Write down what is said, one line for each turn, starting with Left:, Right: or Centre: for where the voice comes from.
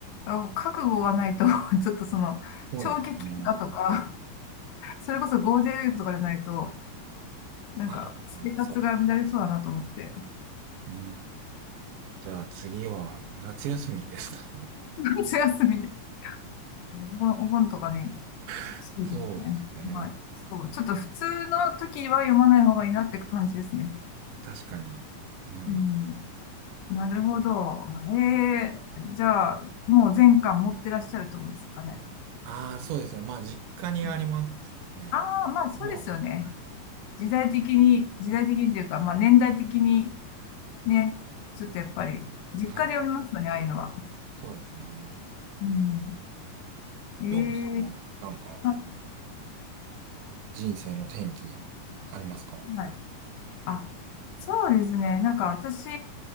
Left: あ、覚悟がないと <laughs> ちょっとその、
Right: そうですね。
Left: 長期休暇とか、<laughs> それこそゴールデンウィークとかでないと、なんか、
Right: ああ、
Left: 生活が乱れそうだなと思って、
Right: そっか。うんじゃあ次は夏休みですかね。
Left: <laughs> 夏休みで、お盆、お盆とかに、
Right: <laughs>
Left: そうですね。
Right: そうですね。
Left: まあ、そう、ちょっと普通の時は読まない方がいいなって感じですね。
Right: 確かに。うん。
Left: うん。なるほど。えー、じゃあ、もう全巻持ってらっしゃるってことですかね。
Right: ああ、そうですね。まあ、実家にありますね。
Left: うんああ、
Right: うんまあ、
Left: まあそうですよね。
Right: はい。
Left: 時代的に、時代的にというか、まあ年代的にね。ちょっとやっぱり、実家で読みますよね、
Right: はい。
Left: ああいうのは。
Right: そうですね。
Left: うん。え
Right: ようこさんは、
Left: え
Right: なんか、
Left: あ、
Right: 人生の転機、ありますか
Left: はい。あ、そうですね。なんか私、